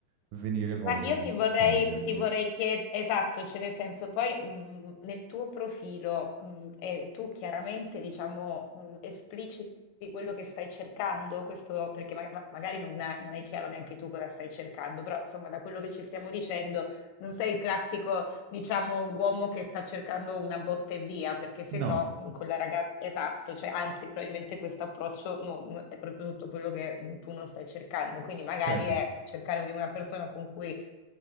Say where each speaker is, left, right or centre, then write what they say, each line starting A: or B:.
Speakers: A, on the right; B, on the left.
A: venire voglia
B: Ma io
A: di
B: ti vorrei,
A: togliermi.
B: ti vorrei chiedere, esatto, cioè nel senso poi mh, nel tuo profilo mh, e tu chiaramente diciamo mh, espliciti quello che stai cercando, questo perché ma- ma- magari non hai- non è chiaro neanche tu cosa stai cercando, però insomma da quello che ci stiamo dicendo non sei il classico diciamo uomo che sta cercando una botta e via, perché se
A: No,
B: no mh, con la ragazza, esatto, cioè anzi probabilmente questo approccio non- è proprio tutto quello che mh, tu non stai cercando, quindi magari
A: certo.
B: è cercare di una persona con cui